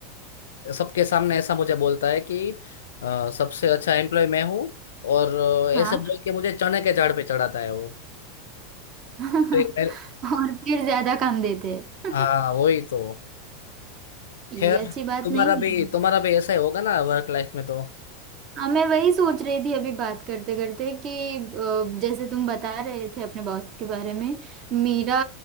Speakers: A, on the left; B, on the right.
A: सबके सामने ऐसा मुझे बोलता है कि अ, सबसे अच्छा एम्प्लॉय मैं हूँ और अ, ऐसे
B: हाँ
A: बोल के मुझे चने के झाड़ पे चढ़ाता है वो
B: <laughs>
A: तो एक मेरे-
B: और फिर ज्यादा काम देते हैं
A: हाँ वही तो
B: ये
A: खैर
B: अच्छी बात
A: तुम्हारा
B: नहीं
A: भी
B: है
A: तुम्हारा भी ऐसा ही होगा ना वर्क लाइफ में तो
B: हाँ मैं वही सोच रही थी अभी बात करते करते कि अ, जैसे तुम बता रहे थे अपने बॉस के बारे में मेरा